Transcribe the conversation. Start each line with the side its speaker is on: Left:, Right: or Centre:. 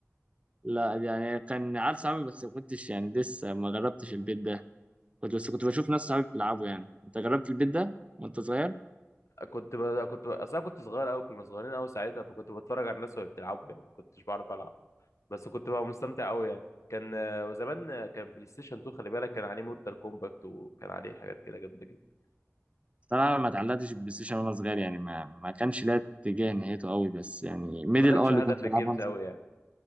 Right: لا يعني كان عارف صعب بس ما كنتش يعني لسه ما جربتش البيت ده كنت بس كنت بشوف ناس صحابي بيلعبوا يعني انت جربت البيت ده وانت صغير
Left: كنت ب... كنت ب... اصل انا كنت صغير قوي كنا صغيرين قوي ساعتها فكنت بتفرج على الناس وهي بتلعبوا يعني ما كنتش بعرف العب بس كنت بقى مستمتع قوي يعني كان آه، وزمان آه، كان بلاي ستيشن 2 خلي بالك كان عليه مورتال كومباكت وكان عليه حاجات كده جامده جدا
Right: طبعا ما اتعلقتش بالبلاي ستيشن وانا صغير يعني ما ما كانش ليا اتجاه نهايته قوي بس يعني ميدل
Left: مالكش
Right: اه اللي
Left: هدف
Right: كنت
Left: في
Right: بلعبها
Left: الجيمز
Right: وأنا صغير.
Left: قوي يعني